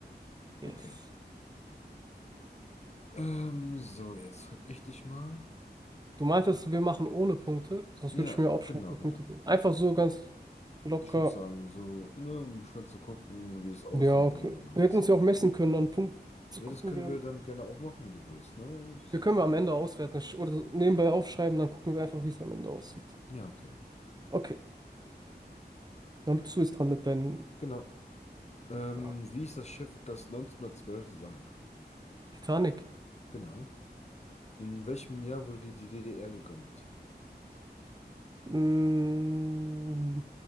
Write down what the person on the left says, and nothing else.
Okay. Ähm, so, jetzt frag ich dich mal.
Ja,
genau,
genau.
Ich würde sagen, so, ne, um schon zu gucken, wie es aussieht
mit
dem Allgemeinwissen.
Ja,
das können
wir dann gerne auch machen, wenn du willst, ne? Das,
ja, okay.
Genau. Ähm,
wie ist das Schiff, das 1912 sank?
Genau. In welchem Jahr wurde die, die DDR gegründet?